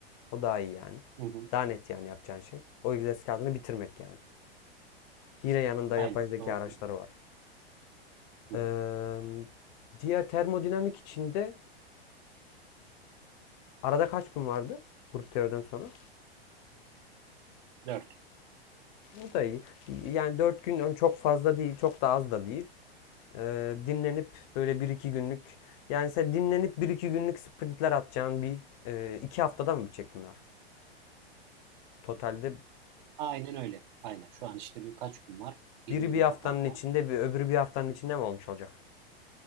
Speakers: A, on the left; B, on the right.
A: O daha iyi yani.
B: Hı hı.
A: Daha net yani yapacağın şey. O egzersiz kağıdını bitirmek yani. Yine yanında
B: Aynen.
A: yapay zeka
B: Doğru.
A: araçları
B: söylüyorsun.
A: var.
B: Hı
A: Ee,
B: hı.
A: diğer termodinamik içinde arada kaç gün vardı? Grup teoriden sonra.
B: Dört.
A: O da iyi. Yani 4 gün çok fazla değil, çok da az da değil. Ee, dinlenip böyle bir iki günlük yani sen dinlenip bir 2 günlük sprintler atacağın bir e, iki haftadan mı bitecek bunlar? Totalde
B: Aynen öyle. Aynen. Şu an işte birkaç gün var. 20
A: biri bir
B: gün
A: haftanın
B: oradan
A: içinde
B: var.
A: bir öbürü bir haftanın içinde mi olmuş olacak?